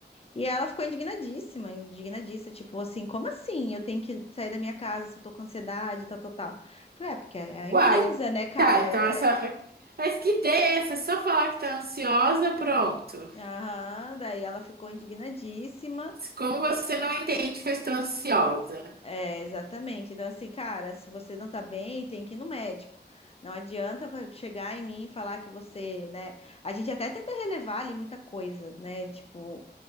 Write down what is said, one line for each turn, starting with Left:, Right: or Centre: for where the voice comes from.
Left: E ela ficou indignadíssima, indignadíssima, tipo assim, como assim? Eu tenho que sair da minha casa se eu tô com ansiedade, tal, tal, tal. Eu Falei, é, porque é a empresa,
Right: Uai,
Left: né, cara?
Right: tá, então
Left: É-
Right: essa. Mas que ideia é essa? Só falar que tá ansiosa, pronto.
Left: Aham, daí ela ficou indignadíssima.
Right: Como você não entende que eu estou ansiosa?
Left: É, exatamente. Então, assim, cara, se você não tá bem, tem que ir no médico. Não adianta va- chegar em mim e falar que você, né? A gente até tenta relevar ali muita coisa, né? Tipo,